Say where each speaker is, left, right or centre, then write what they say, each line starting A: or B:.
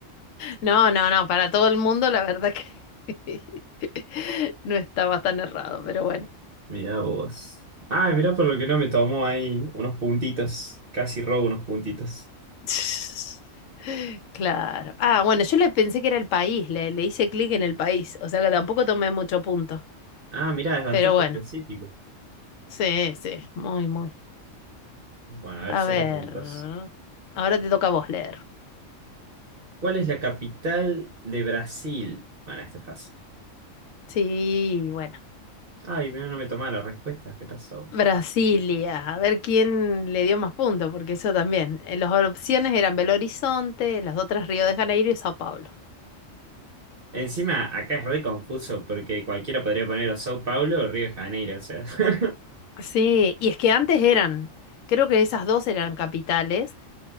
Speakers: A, on the left; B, on the right.
A: No, no, no, para todo el mundo la verdad que <laughs> no estaba tan errado, pero bueno.
B: Mira vos. Ah, mira por lo que no me tomó ahí unos puntitos. Casi robo unos puntitos.
A: <laughs> Claro. Ah, bueno, yo le pensé que era el país, le, le hice clic en el país, o sea que tampoco tomé mucho punto.
B: Ah, mira, es bastante
A: Pero bueno,
B: específico.
A: sí, sí, muy, muy.
B: Bueno, a ver,
A: A
B: cero
A: ver,
B: puntos.
A: ahora te toca a vos leer.
B: ¿Cuál es la capital de Brasil? Bueno, esta es fácil.
A: Sí, bueno.
B: Ay, no no me tomaba la respuesta. ¿Qué pasó?
A: Brasilia, a ver quién le dio más puntos, porque eso también. Eh, Las opciones eran Belo Horizonte, las otras Río de Janeiro y Sao Paulo.
B: Encima, acá es re confuso porque cualquiera podría poner o Sao Paulo o Río de Janeiro. O sea, <laughs>
A: Sí, y es que antes eran, creo que esas dos eran capitales,